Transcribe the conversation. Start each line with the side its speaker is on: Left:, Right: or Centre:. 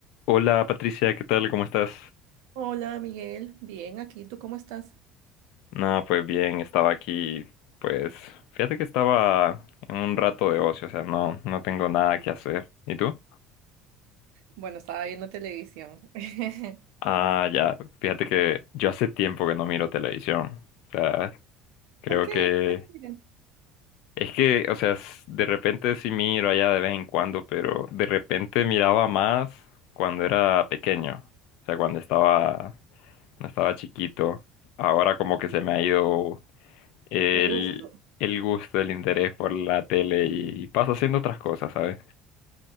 Left: Hola Patricia, ¿qué tal? ¿Cómo estás?
Right: Hola Miguel, bien, aquí, ¿tú cómo estás?
Left: No, pues bien, estaba aquí, pues fíjate que estaba en un rato de ocio, o sea, no, no tengo nada que hacer. ¿Y tú?
Right: Bueno, estaba viendo televisión. <laughs>
Left: Ah, ya, fíjate que yo hace tiempo que no miro televisión, o sea, creo
Right: ¿Por qué?
Left: que
Right: ¿Por qué no miras?
Left: es que, o sea, s- de repente sí miro allá de vez en cuando, pero de repente miraba más cuando era pequeño, o sea, cuando estaba, cuando estaba chiquito. Ahora como que se me ha ido. el,
Right: El gusto.
Left: el gusto, el interés por la tele y paso haciendo otras cosas, ¿sabes?